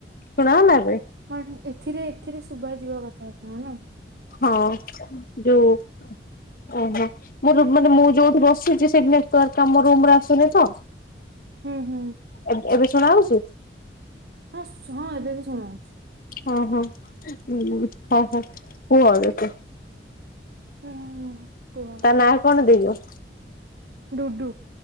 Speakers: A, on the left; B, on the right.
A: ଶୁଣ ନେବେ।
B: କଣ ଏଥିରେ ଏଥିରେ ଶୁଭା ଯିବା କଥା ନୁହଁ ନା?
A: ହଁ, ଯୋଉ ଓହୋ, ମୋ ରୁମ୍ ମାନେ ମୁ ଯୋଉଠି ବସିଛି ସେଇଟି ନେଟୱାର୍କ ତମ ରୁମ୍ ରେ ଆସୁନି ତ?
B: ହୁଁ, ହୁଁ।
A: ଏବ୍ ଏବେ ଶୁଣାହଉଛି?
B: <unintelligible> ହଁ ଏବେବି ଶୁଣାହଉଛି।
A: ହଁ ହଁ, <unintelligible>
B: ହୁଁ ହୁଁ କୁହ
A: ତା ନାଁ କଣ ଦେଇଚ?
B: ଡୁଡୁ,